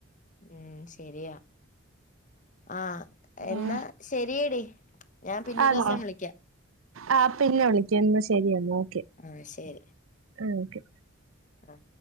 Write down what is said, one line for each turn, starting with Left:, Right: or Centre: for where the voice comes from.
Left: ഉം ശരിയാ ആഹ് എന്നാ
Right: ഉം
Left: ശരിയെടി ഞാൻ പിന്നെ
Right: ആണോ
Left: ഒരു ദിവസം വിളിക്കാം
Right: ആ പിന്നെ വിളിക്കന്ന് ശരിയന്നാ ഓക്കെ
Left: ആഹ് ശരി
Right: ആഹ് ഓക്കെ
Left: അഹ്